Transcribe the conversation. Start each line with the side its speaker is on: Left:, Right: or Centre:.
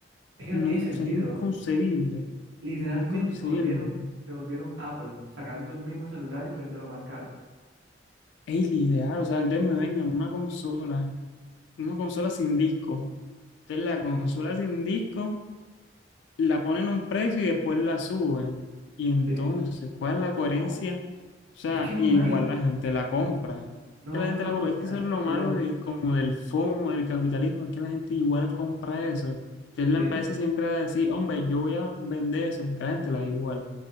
Right: Es que
Left: No,
Right: no tiene sentido.
Left: o sea, es inconcebible,
Right: Literalmente
Left: inconcebible.
Right: se volvieron, se volvieron Apple, sacando el mismo celular y poniéndolo más caro.
Left: Es ideal, o sea, entonces me venden una consola, una consola sin disco. Entonces la consola sin disco la ponen a un precio y después la suben. Y entonces,
Right: Sí,
Left: ¿cuál es la coherencia?
Right: no,
Left: O sea,
Right: es que no
Left: igual
Right: hay,
Left: la gente la compra.
Right: no
Left: Que
Right: hay
Left: la gente
Right: coherencia,
Left: la compra. Es que eso
Right: ese
Left: es
Right: es
Left: lo
Right: el problema.
Left: malo de, como del FOMO, del capitalismo, es que la gente igual compra eso. Entonces la
Right: Sí,
Left: empresa siempre va a decir, hombre, yo voy a vender eso, porque a la gente la da igual.